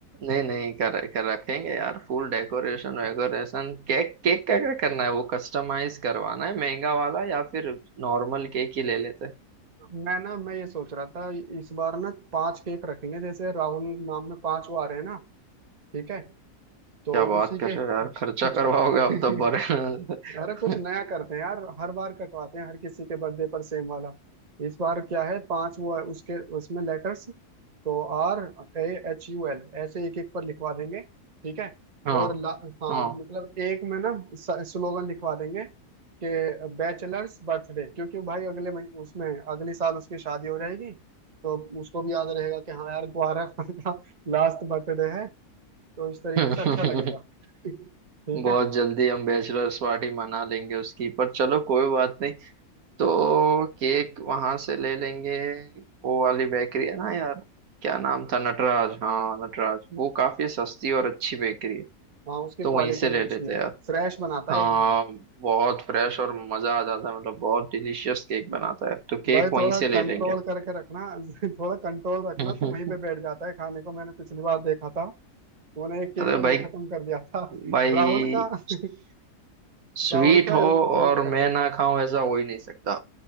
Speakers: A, on the right; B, on the right.
A: नहीं नहीं कर, कर रखेंगे यार फुल डेकोरेशन वेकोरेशन
B: <laughs>
A: केक केक का क्या करना है वो कस्टमाइज करवाना है महंगा वाला या फिर नॉर्मल केक ही ले लेते हैं
B: मैं ना मैं ये सोच रहा था इस बार ना पांच केक रखेंगे जैसे राहुल नाम में पांच वो आ रहे हैं ना ठीक है तो
A: क्या बात
B: उसी
A: कर
B: के
A: रहे हो यार खर्चा
B: <laughs> जो
A: करवाओगे आप
B: <laughs>
A: तो बड़े
B: अरे कुछ नया
A: <laughs>
B: करते हैं यार हर बार कटवाते हैं हर किसी के बर्थडे पर सेम वाला इस बार क्या है पांच वो है उसके उसमें लेटर्स तो आर ए एच यू एल ऐसे एक एक पर लिखवा देंगे ठीक है
A: हाँ
B: और ला, हाँ
A: हाँ
B: मतलब एक में ना स्लोगन लिखवा देंगे कि बैचलर्स बर्थडे क्योंकि भाई अगले महीने उसमें अगले साल उसकी शादी हो जाएगी तो उसको भी याद रहेगा कि हाँ यार ग्वारा का लास्ट बर्थडे <laughs> है तो इस तरीके
A: <laughs>
B: से अच्छा लगेगा <laughs> ठीक
A: बहुत
B: है
A: जल्दी हम बैचलर्स पार्टी मना लेंगे उसकी पर चलो कोई बात नहीं तो केक वहां से ले लेंगे वो वाली बेकरी है ना यार क्या नाम था नटराज हाँ नटराज वो काफी सस्ती और अच्छी बेकरी है
B: हाँ उसकी
A: तो
B: क्वालिटी
A: वहीं से ले
B: भी अच्छी
A: लेते
B: है
A: हैं यार
B: फ्रेश बनाता
A: हाँ
B: है एकदम
A: बहुत फ्रेश और मजा आ जाता है मतलब बहुत डिलीशियस केक
B: हम्म।
A: बनाता है तो केक
B: भाई
A: वहीं
B: थोड़ा
A: से ले
B: कंट्रोल
A: लेंगे
B: करके रखना <laughs> थोड़ा कंट्रोल रखना
A: <laughs>
B: तो वहीं पे बैठ जाता है खाने को मैंने पिछली बार देखा था उन्होंने एक केक
A: अरे
B: तो वहीं
A: भाई
B: खत्म कर दिया था <laughs>
A: भाई
B: राहुल का <laughs>
A: स्वीट
B: राहुल का
A: हो
B: एल खत्म
A: और
B: मत कर
A: मैं
B: देना
A: ना खाऊं ऐसा हो ही नहीं सकता